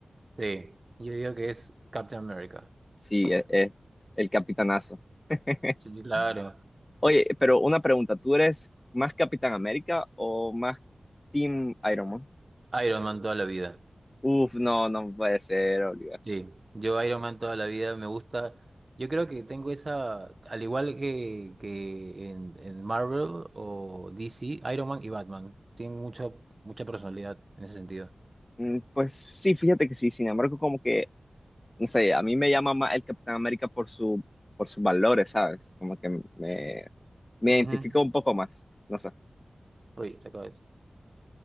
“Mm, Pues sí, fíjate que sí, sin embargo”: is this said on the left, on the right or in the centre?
Left